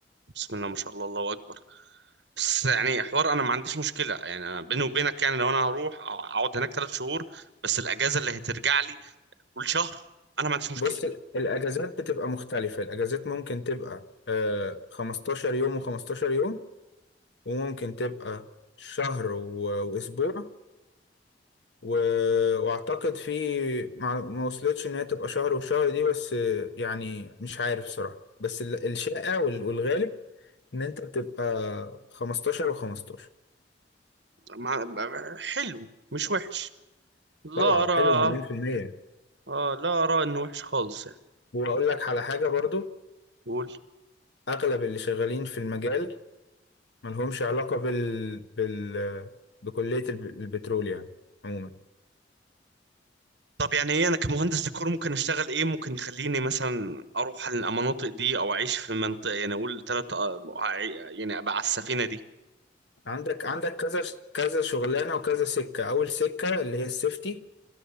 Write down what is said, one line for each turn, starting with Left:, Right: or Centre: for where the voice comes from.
Right: بسم الله ما شاء الله الله اكبر بس يعني حوار انا ما عنديش مشكله يعني انا بيني وبينك يعني لو انا هروح اقعد هناك ثلاث شهور بس الاجازه اللي هترجع لي كل شهر انا ما عنديش مشكله
Left: بص ال- الاجازات بتبقى مختلفة الاجازات ممكن تبقى أه 15 يوم و15 يوم وممكن تبقى شهر و- واسبوع و... واعتقد في ما ما وصلتش ان هي تبقى شهر وشهر دي بس آه، يعني مش عارف صراحة بس ال- الشائع وال- والغالب ان انت بتبقى 15 و15
Right: ما... حلو مش وحش لا
Left: طبعا
Right: ارى
Left: حلو مليون في المية
Right: آه لا ارى انه وحش خالص يعني
Left: واقول لك على حاجة برضو
Right: قول
Left: اغلب اللي شغالين في المجال ملهمش علاقة بال بال بكلية الب- البترول يعني عموما
Right: طب يعني ايه انا كمهندس ديكور ممكن اشتغل ايه ممكن يخليني مثلا اروح على المناطق دي او اعيش في منطقه يعني اقول ثلاث يعني ابقى على السفينه دي
Left: عندك عندك كذا كذا شغلانة وكذا سكة أول سكة اللي هي السيفتي